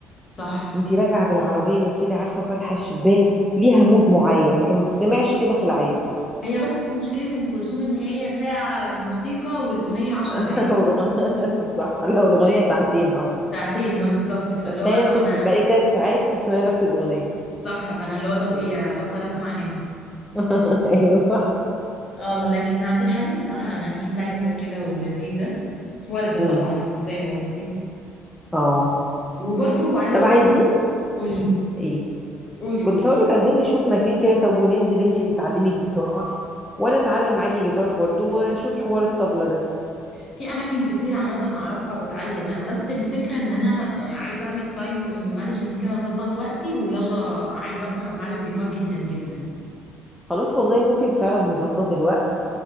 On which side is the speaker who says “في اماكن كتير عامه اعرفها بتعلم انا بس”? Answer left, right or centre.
Left